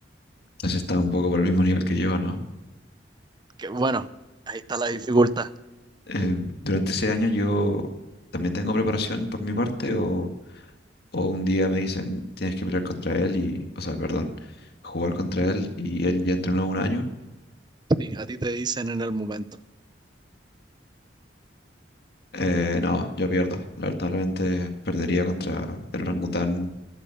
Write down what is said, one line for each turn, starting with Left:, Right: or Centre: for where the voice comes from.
Left: eso está un poco por el mismo nivel que yo, ¿no?
Right: Que bueno, ahí está la dificultad.
Left: Em, durante ese año yo también tengo preparación por mi parte, o, o un día me dicen tienes que pelear contra él y, o sea, perdón, jugar contra él y él ya entrenó un año.
Right: Sí, a ti te dicen en el momento.
Left: Eh, no, yo pierdo. Lamentablemente perdería contra el orangután